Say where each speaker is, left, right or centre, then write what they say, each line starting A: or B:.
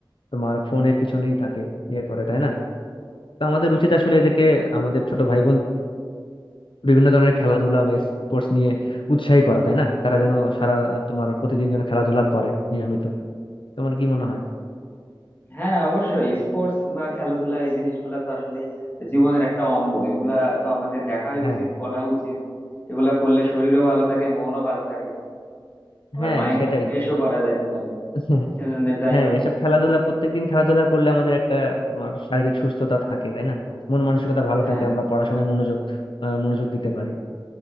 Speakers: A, on the left (about 80°); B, on the left (about 25°).
A: তোমার ফোনের পিছনেই থাকে ইয়ে করে তাই না তো আমাদের উচিত আসলে এদেরকে আমাদের ছোট ভাই বিভিন্ন ধরনের খেলাধুলা বা স্পোর্টস নিয়ে উৎসাহী করা তাই না তারা যেন সারা তোমার প্রতিদিন যেন খেলাধুলা করে নিয়মিত তোমার কি মনে হয়
B: হ্যাঁ অবশ্যই স্পোর্টস বা খেলাধুলা এই জিনিসগুলা তো আসলে জীবনের একটা অঙ্গ এগুলা তো আমাদের দেখাই
A: হ্যাঁ
B: উচিত করা উচিত এগুলা করলে শরীরও ভালো থাকে মনও ভালো থাকে আবার
A: হ্যাঁ
B: মাইন্ডকে
A: সেটাই
B: ফ্রেশও করা যাইতে পারে
A: <laughs>
B: সেজন্য যাই
A: হ্যাঁ
B: হোক
A: এসব খেলাধুলা প্রত্যেকদিন খেলাধুলা করলে আমাদের একটা তোমার শারীরিক সুস্থতা থাকে তাই না মন মানসিকতা ভালো
B: হ্যাঁ
A: থাকে আমরা পড়াশোনায় মনোযোগ আহ, মনোযোগ দিতে পারি